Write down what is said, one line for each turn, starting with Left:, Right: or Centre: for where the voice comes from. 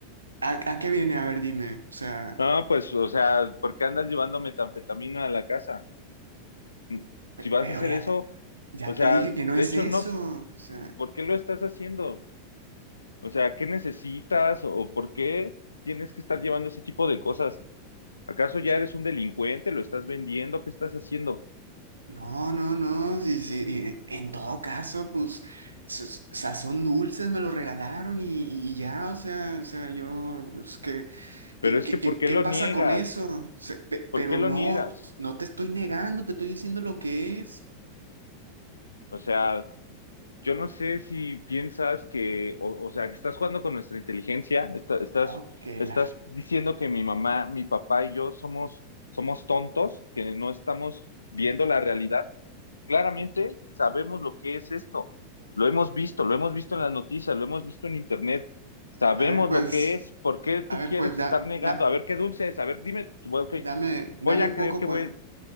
Right: ¿a, a qué viene? A ver, dime. O sea,
Left: No, pues, o sea, ¿por qué andas llevando metanfetamina a la casa? Mm,
Right: pe-
Left: Si vas
Right: pero
Left: a hacer
Right: ya
Left: eso,
Right: te, ya
Left: o sea,
Right: te dije que
Left: de
Right: no es
Left: hecho
Right: eso.
Left: no.
Right: O sea,
Left: ¿Por qué lo estás haciendo? O sea, ¿qué necesitas o o por qué tienes que estar llevando ese tipo de cosas? ¿Acaso ya
Right: sí,
Left: eres un delincuente? ¿Lo estás vendiendo? ¿Qué estás haciendo?
Right: No, no, no, sí, sí, en todo caso, pues, sa- sazón dulces me lo regalaron y, y ya, o sea, o sea, yo, pues, ¿qué,
Left: Pero
Right: qué,
Left: es
Right: qué,
Left: que,
Right: qué-
Left: ¿por qué
Right: qué
Left: lo
Right: pasa
Left: niegas?
Right: con eso? O sea, pe-
Left: ¿Por
Right: pero
Left: qué lo
Right: no,
Left: niegas?
Right: pues, no te estoy negando, te estoy diciendo lo que es.
Left: O sea, yo no sé si piensas que, o, o sea, que estás jugando con nuestra inteligencia, está- estás,
Right: Ok,
Left: estás
Right: la.
Left: diciendo que mi mamá, mi papá y yo somos, somos tontos, que no estamos viendo la realidad. claramente sabemos lo que es esto. Lo hemos visto, lo hemos visto en las noticias, lo hemos visto en internet. Sabemos
Right: A ver, pues,
Left: lo que es. ¿Por qué tú
Right: a ver,
Left: quieres
Right: pues, da,
Left: estar negando?
Right: da,
Left: A ver qué dulce es. A ver, dime, bueno, ok,
Right: dame, dame
Left: voy a
Right: un
Left: creer
Right: poco,
Left: que
Right: pues.
Left: voy,